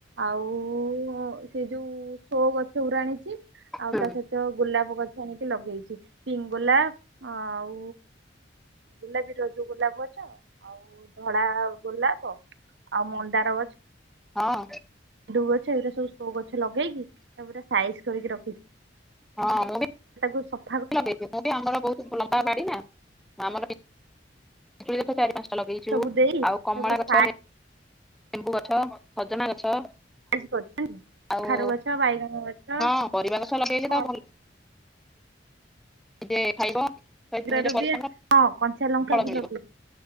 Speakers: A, on the right (about 70°); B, in the centre.
A: ଆଉ ସେ ଯୋଉ ସୋ ଗଛଗୁରା ଆଣିଚି। ଆଉ
B: ହଁ
A: ତା ସହିତ ଗୋଲାପ ଗଛ ଆଣିକି ଲଗେଇଚି। ପିଙ୍ଗ ଗୋଲାପ ଆଉ ଗୋଲାପୀର ଯୋଉ ଗୋଲାପ ଗଛ ଆଉ ଧଳା ଗୋଲାପ ଆଉ ମନ୍ଦାର ଗ
B: ହଁଅ।
A: ଗେଣ୍ଡୁ ଗଛ ଏଇରା ସବୁ ସୋ ଗଛ ଲଗେଇକି ତାକୁ ପୁରା ସାଇଜି କରିକି ରଖି
B: ହଁ ମୁଁ ବି।
A: ହେଟା କୁ ସ
B: ଲଗେଇଦିଏ। ମୁଁ ବି ଆମର ବୋହୁତ ଲମ୍ବା ବାଡି ନା ଆମର ପି-ପିଜୁଳି ଗଛ ଚାରି ପା ଗଛ ଲଗେଇଚ
A: ସବୁ ଦେଇ ତାକୁ
B: ଆଉ କମଳା
A: ପୁରା ସାଇଜ
B: ଗଛ, ଲେ-ଲେମ୍ବୁ ଗଛ, ସଜନା ଗଛ
A: <unintelligible> ଆଜି କରୁଚନ୍ତି କଖାରୁ
B: ଆଉ
A: ଗଛ, ବାଇଗଣ ଗଛ
B: ହଁ ପରିବା ଗଛ ଲଗେଇଲେ
A: ଫ
B: ତ ଏଇଥିରେ <unintelligible> ଖାଇବ।
A: <unintelligible>
B: ନିଜେ ପରିଶ୍ରମ
A: ହଁ କଞ୍ଚା ଲଙ୍କା
B: ଫଳ
A: ବି
B: ମିଳିବ
A: ଲଗେଇ